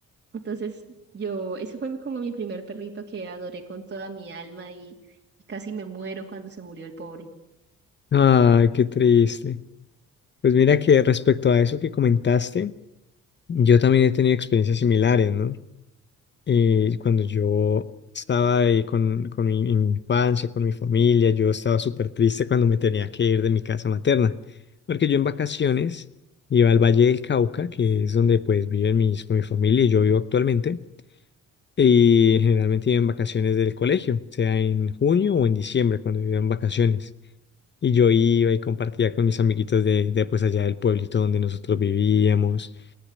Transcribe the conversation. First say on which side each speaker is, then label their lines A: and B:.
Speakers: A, on the right; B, on the left.
A: Entonces yo, ese fue como mi primer perrito que adoré con toda mi alma y casi me muero cuando se murió el pobre.
B: Ay, qué triste. Pues mira que respecto a eso que comentaste, yo también he tenido experiencias similares, ¿no? eh, cuando yo estaba ahí con, con mi, en mi infancia, con mi familia, yo estaba súper triste cuando me tenía que ir de mi casa materna, porque yo en vacaciones iba al Valle del Cauca, que es donde pues viven mis, con mi familia y yo vivo actualmente, y generalmente iba en vacaciones del colegio, sea en junio o en diciembre cuando iba en vacaciones. Y yo iba y compartía con mis amiguitos de, de pues allá del pueblito donde nosotros vivíamos.